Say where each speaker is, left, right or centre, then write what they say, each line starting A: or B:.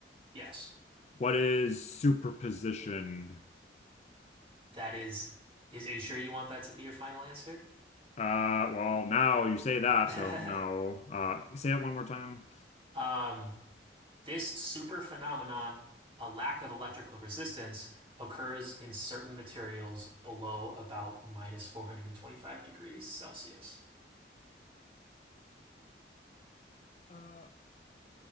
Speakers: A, on the right (about 30°); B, on the left (about 40°).
A: Yes,
B: What is superposition?
A: that is, is, are you sure you want that to be your final answer?
B: Uh, well, now you say that,
A: <laughs>
B: so no. Uh, say it one more time.
A: Um, this super phenomenon, a lack of electrical resistance, occurs in certain materials below about minus 425 degrees Celsius.
B: Uh,